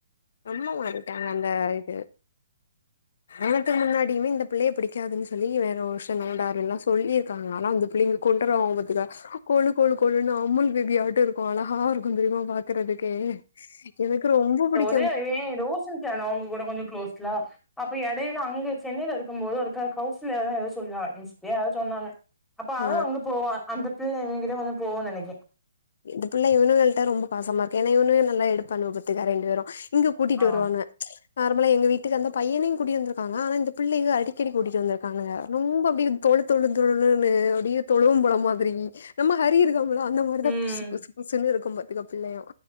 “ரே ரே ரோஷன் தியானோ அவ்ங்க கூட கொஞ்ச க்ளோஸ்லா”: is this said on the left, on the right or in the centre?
Centre